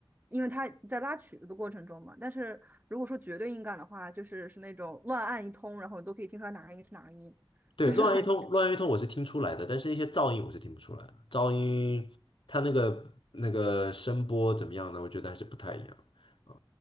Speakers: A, on the right; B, on the left.
A: 因为他在拉曲子的过程中嘛。但是如果说绝对音感的话，就是是那种乱按一通，然后你都可以听出来哪个音是哪个音，
B: 对，
A: 就是很
B: 乱一通，乱一通我是听出来的，但是一些噪音我是听不出来的。噪音它那个那个声波怎么样呢？我觉得还是不太一样啊。